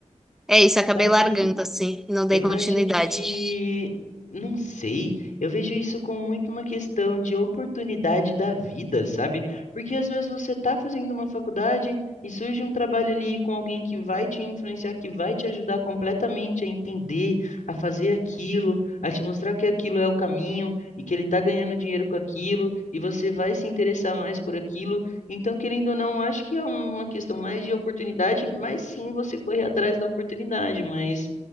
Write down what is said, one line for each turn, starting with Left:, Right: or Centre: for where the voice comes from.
Centre: é isso,
Left: Sabe
Centre: acabei largando assim, não dei
Left: Eu
Centre: continuidade.
Left: acho que não sei. Eu vejo isso como muito uma questão de oportunidade da vida, sabe? Porque às vezes você tá fazendo uma faculdade e surge um trabalho ali com alguém que vai te influenciar, que vai te ajudar completamente a entender, a fazer aquilo, a te mostrar que aquilo é o caminho e que ele tá ganhando dinheiro com aquilo e você vai se interessar mais por aquilo. Então, querendo ou não, acho que é uma questão mais de oportunidade, mas sim você correr atrás da oportunidade, mas